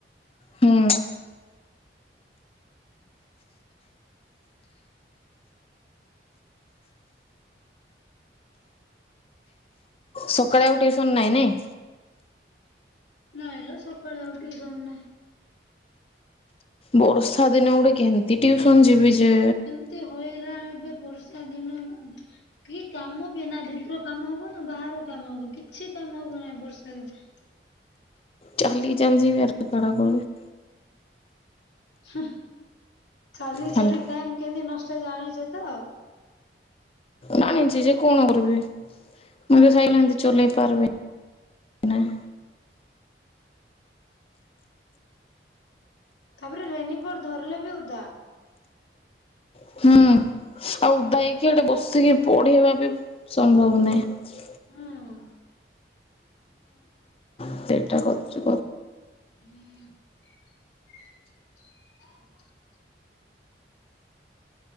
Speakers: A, on the left; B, on the left.
A: ହୁଁ ସକାଳେ ଆଉ ଟ୍ୟୁସନ ନାହିଁ ନାଇଁ।
B: ନାଇଁଲୋ ସକାଳେ ଆଉ ଟ୍ୟୁସନ ନାଇଁ।
A: ବର୍ଷା ଦିନେ ଗୋଟେ କେମତି ଟିଉସନ ଯିବି ଯେ
B: ଏତେ ହଇରାଣ ଏବେ ବର୍ଷା ଦିନ। କି କାମ ବି ନା ଭିତର କାମ ହବ ନା ବାହାର କାମ ହବ କିଛି କାମ ହବ ନାହିଁ ବର୍ଷା ଦିନ।
A: ଚାଲି <unintelligible>
B: ହମ୍ ଚାଲି
A: ହେଲା
B: ଚାଲି ଟାଇମ କେମିତି ନଷ୍ଟ ଜାଣିଛେ ତ?
A: ଜାଣିଛି ଯେ କଣ କରିବି ମୁଁ ବି ସାଇିକେଲ ଏମିତି ଚଲେଇ ପାରିବି ନାହିଁ
B: ତାପରେ ରେନିକୋଟ୍ ଧରିଲେ ବି ଉଦା।
A: <inaudible> ଇକି ହେଠେ ବସିକି ପଢ଼େବା ବି ସମ୍ଭବ ନାଇଁ।
B: <inaudible>
A: <unintelligible>
B: <unintelligible>